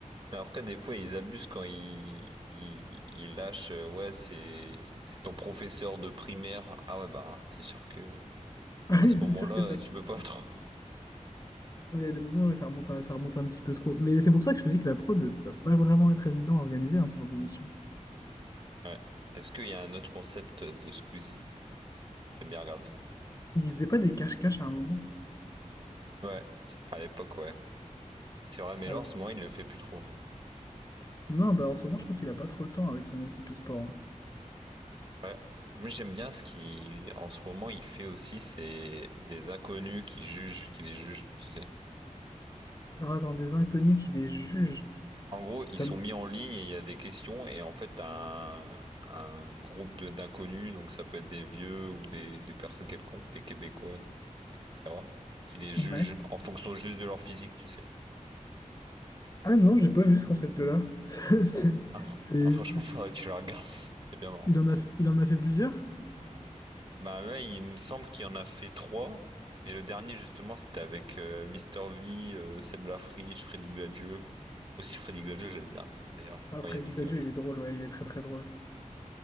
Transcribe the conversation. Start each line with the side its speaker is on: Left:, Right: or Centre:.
Right: Mais après, des fois, ils abusent quand ils, ils, ils lâchent. euh, Ouais, c'est c'est ton professeur de primaire. Ah ouais, bah, hein, c'est sûr que
Left: Ah
Right: à
Left: Oui,
Right: ce
Left: c'est
Right: moment-là,
Left: sûr que ça
Right: tu peux pas <laughs> trop.
Left: Il y a des moments où ça remonte, un- ça remonte un petit peu trop. Mais c'est pour ça que je te dis que la prod, ça doit pas vraiment être évident à organiser, hein, ce genre d'émission.
Right: Ouais. Est-ce qu'il y a un autre concept de Squeezie que t'aimes bien regarder?
Left: Il faisait pas des cache-cache à un moment.
Right: Ouais, à l'époque, ouais. C'est vrai, mais
Left: avec-
Right: là, en ce moment, il ne le fait plus trop. hein.
Left: Non, bah en ce moment, je crois qu'il a pas trop le temps avec son équipe e-sport. hein.
Right: Ouais. Moi, j'aime bien ce qu'il, en ce moment, il fait aussi, c'est des inconnus qui jugent, qui les jugent, tu sais.
Left: Alors attends, des inconnus qui les jugent.
Right: En gros, ils
Left: Ça
Right: sont
Left: me-
Right: mis en ligne et il y a des questions, et en fait, t'as un, un groupe de- d'inconnus, donc ça peut être des vieux ou des, des personnes quelconques, des Québécois, etc., qui les jugent
Left: Ouais.
Right: en fonction juste de leur physique, tu sais.
Left: Ah non, j'ai pas vu ce concept-là. <laughs> C'est... c'est-
Right: Ah,
Left: c'est-
Right: ah, franchement,
Left: c'est-
Right: faudrait que tu le regardes, <laughs> c'est bien marrant.
Left: Il en a... il en a fait plusieurs?
Right: Bah là, il me semble qu'il en a fait trois. Et le dernier, justement, c'était avec euh, Mister V, euh, Seb Lafriche, Freddy Gladieux. Aussi, Freddy Gladieux, j'aime bien, d'ailleurs,
Left: Ah,
Right: quand
Left: Freddy
Right: il y a des vidéos
Left: Gladio,
Right: avec.
Left: il est drôle, ouais, il est très très drôle.